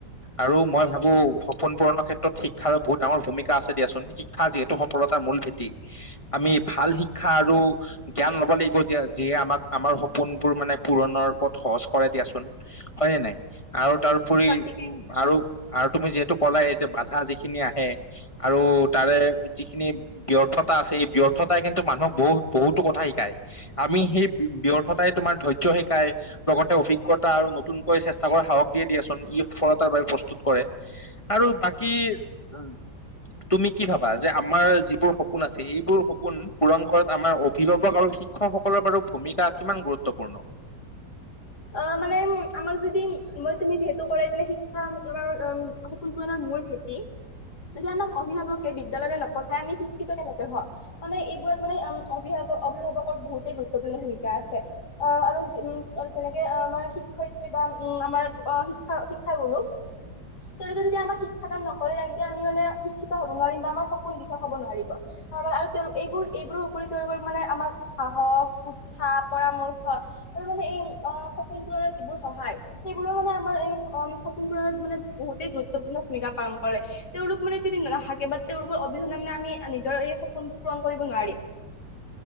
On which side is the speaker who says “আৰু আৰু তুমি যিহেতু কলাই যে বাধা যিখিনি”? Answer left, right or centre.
Left